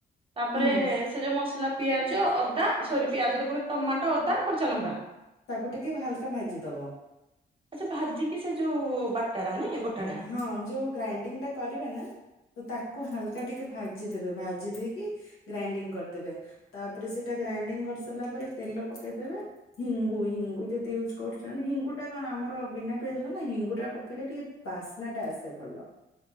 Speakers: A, on the right; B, on the left.
A: ତାପରେ
B: ହୁଁ
A: ସେ ଯୋଉ ମସଲା ପିଆଜ ଅଦା ସରି ପିଆଜ ତ ପକେଇଚି ଟମାଟୋ ଅଦା କଞ୍ଚା ଲଙ୍କା।
B: ତାକୁ ଟିକେ ହାଲୁକା ଭାଜିଦବ।
A: ଆଚ୍ଛା ଭାଜିକି ସେ ଯୋଉ ବାଟା ଟା ନାଇଁ। ବଟାଟା।
B: ହଁ ଯୋଉ ଗ୍ରାଇଣ୍ଡିଙ୍ଗ ଟା କରିବେ ନା। ତାକୁ ହାଲୁକା ଟିକେ ଭାଜିଦେବେ ଭାଜି ଦେଇକି ଗ୍ରାଇଣ୍ଡିଙ୍ଗ କରିଦେବେ ତାପରେ ସେଟା ଗ୍ରା ଡିଂ କରିସାରିଲା ପରେ ତେଲ ପକେଇ ଦେବେ ହିଙ୍ଗୁ ହିଙ୍ଗୁ ଯଦି ୟୁଜ୍ କରୁଛନ୍ତି ହିଙ୍ଗୁ ଟା କଣ ଆମର ବିନା ପିଆଜ ରସୁଣ ନା ହିଙ୍ଗୁ ଟା ପକେଇଲେ ଟିକେ ବାସ୍ନା ଟା ଆସେ ଭଲ